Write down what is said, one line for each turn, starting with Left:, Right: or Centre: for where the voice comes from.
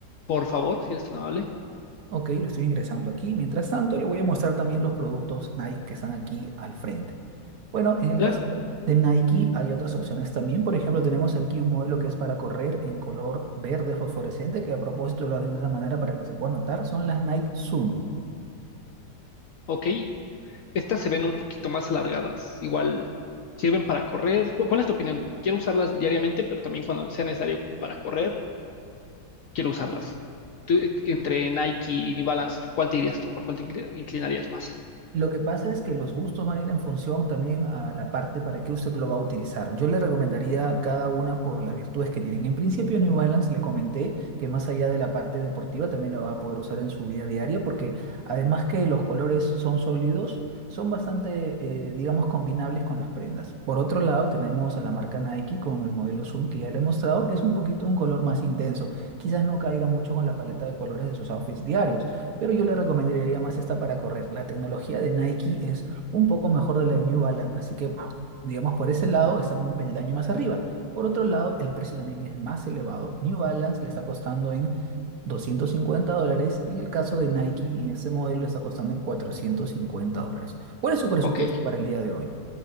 Left: Por favor, si eres tan amable.
Right: Ok, lo estoy ingresando aquí. Mientras tanto, le voy a mostrar también los productos Nike que están aquí al frente. Bueno, en el
Left: Claro,
Right: caso de Nike hay otras opciones también. Por ejemplo, tenemos aquí un modelo que es para correr en color verde fosforescente, que a propósito lo hacen de esa manera para que se pueda notar. Son las Nike Zoom.
Left: ok. Estas se ven un poquito más alargadas. Igual sirven para correr. ¿Cu- ¿Cuál es tu opinión? Quiero usarlas diariamente, pero también cuando sea necesario para correr, quiero usarlas. Tú, eh, entre Nike y New Balance, ¿cuál te irías tú? ¿Por cuál te incli- inclinarías más?
Right: Lo que pasa es que los gustos van a ir en función también a la parte para qué usted lo va a utilizar. Yo le recomendaría cada una por las virtudes que tienen. En principio, New Balance le comenté que más allá de la parte deportiva también la va a poder usar en su vida diaria porque además que los colores son sólidos, son bastante, eh, digamos, combinables con las prendas. Por otro lado, tenemos a la marca Nike con el modelo Zoom que ya le he mostrado que es un poquito un color más intenso. Quizás no caiga mucho con la paleta de colores de sus outfits diarios pero yo le recomendaría más esta para correr. La tecnología de Nike es un poco mejor de la de New Balance, así que, digamos, por ese lado están un peldaño más arriba. Por otro lado, el precio también es más elevado. New Balance le está costando en 250 dólares y en el caso de Nike, en este modelo, le está costando en 450 dólares. ¿Cuál es su presupuesto
Left: Ok.
Right: para el día de hoy?